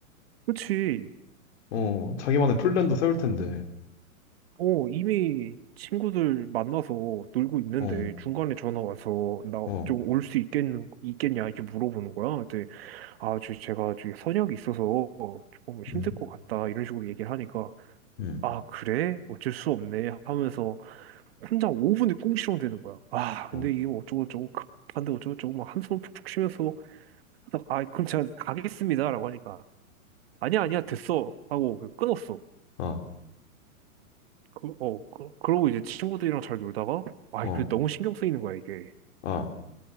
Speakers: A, on the right; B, on the left.
A: 그치.
B: 어, 자기만의 플랜도 세울 텐데.
A: 어, 이미 친구들 만나서 놀고 있는데,
B: 어,
A: 중간에 전화 와서, 나
B: 어,
A: 좀 올 수 있겠는, 있겠냐, 이렇게 물어보는 거야. 네. 아, 저, 제가 저기 선약이 있어서 조금 힘들
B: 음,
A: 것 같다 이런 식으로 얘기를 하니까
B: 음,
A: 아, 그래? 어쩔 수 없네 하면서 혼자 5분을 꽁시렁 대는 거야. 아,
B: 어,
A: 근데 이게 어쩌고저쩌고 급한데 어쩌고저쩌고 막 한숨 푹푹 쉬면서 하다가 아, 그럼 제가 가겠습니다라고 하니까 아니야 아니야 됐어 하고 그 끊었어.
B: 어,
A: 그, 어, 그, 그러고 이제 친구들이랑 잘 놀다가 아,
B: 어,
A: 그 너무 신경 쓰이는 거야 이게.
B: 아.